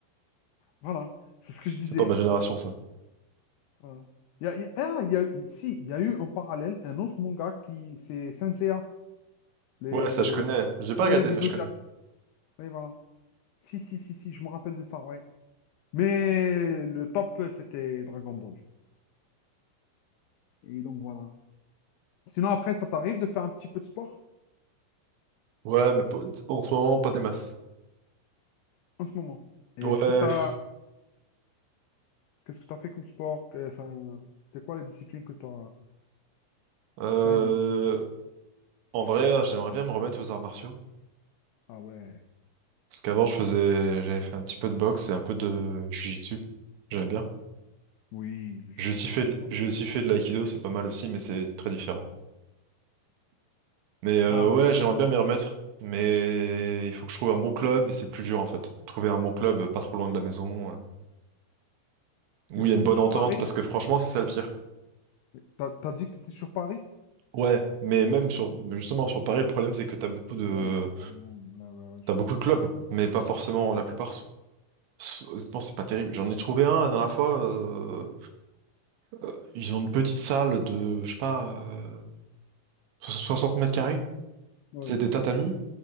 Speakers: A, on the left; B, on the right.
A: Voilà, c'est ce que je disais.
B: C'est pas ma génération, ça.
A: Voilà. Il y a, il y a- ah, il y a- eu- si, il y a eu en parallèle un autre manga qui, c'est Saint Seiya, les,
B: Ouais, ça,
A: les
B: je connais. J'ai pas
A: Chevaliers
B: regardé,
A: du
B: mais
A: Zodiaque.
B: je connais.
A: Oui, voilà. Si, si, si, si, je me rappelle de ça, ouais. Mais le top, c'était Dragon Ball. Et donc voilà. Sinon, après, ça t'arrive de faire un petit peu de sport
B: Ouais, mais pas- en ce moment, pas des masses.
A: en ce moment? Et
B: Ouais,
A: est-ce que t'as...
B: pff,
A: Qu'est-ce que t'as fait comme sport? Que- Enfin, c'est quoi les disciplines que t'as
B: euh,
A: que t'as aimées?
B: en vrai, hein, j'aimerais bien me remettre aux arts martiaux.
A: Ah ouais,
B: Parce qu'avant, je faisais, j'avais fait un petit peu de boxe et un peu de jiu-jitsu. J'aimais bien.
A: oui, le jiu-jitsu,
B: J'ai aussi fait,
A: c'est
B: de-
A: pas
B: j'ai
A: mal.
B: aussi fait de l'aïkido, c'est pas mal aussi, mais c'est très différent. Mais euh,
A: Alors,
B: ouais,
A: euh,
B: j'aimerais bien m'y remettre, mais il faut que je trouve un bon club et c'est plus dur en fait. Trouver un bon club euh, pas trop loin de la maison, euh, où
A: t'es,
B: il y a une
A: t'es
B: bonne
A: sur
B: entente,
A: Paris?
B: parce que franchement, c'est ça le pire.
A: Oui. T'as, t'as dit que t'étais sur Paris?
B: Ouais, mais même sur, justement sur Paris, le problème c'est que t'as beaucoup de,
A: Ouais, pardon, ouais, ouais, ouais, je
B: t'as beaucoup
A: vois ça.
B: de clubs, mais pas forcément la plupart. sont- sont- Honnêtement, c'est pas terrible. J'en ai trouvé un la dernière fois. euh, euh, ils ont une petite salle de, je sais pas, euh, 60 mètres carrés.
A: Ouais,
B: C'est des tatamis.